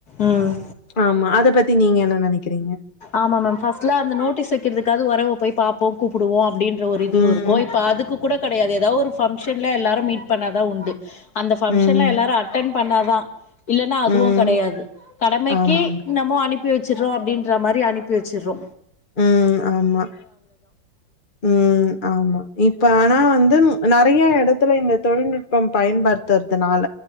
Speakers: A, on the left (about 50°); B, on the left (about 30°).
A: ம்
B: ஆமா அத பத்தி நீங்க என்ன நெனைக்கிறீங்க
A: ஆமா மேம் ஃபர்ஸ்ட்லா அந்த நோட்டீஸ் வெக்கிறதுக்காக உறவ போய் பாப்போ கூப்பிடுவோ அப்டின் ஒரு இது
B: ம்.
A: இருக்கு இப்ப அதுக்கு கூட கெடையாது ஏதாவது ஒரு பங்க்ஷன்ல எல்லாரு மீட் பண்ணாதா உண்டு அந்த ஃபங்க்ஷன
B: ம்.
A: எல்லாரு அட்டென் பண்ணா தான இல்லன்னா
B: ம்.
A: அதுவூ கெடையாது கடமைக்கி
B: ஆமாங்க.
A: என்னமோ அனுப்பி வச்சுட்றோ அப்டின் ற மாரி அனுப்பி வச்சுர்றோ
B: ம் ஆமா ம் ஆமா இப்ப ஆனா வந்தும் நறைய எடத்துல இந்த தொழில்நுட்ப பம் பயன்படுத்துறதுனால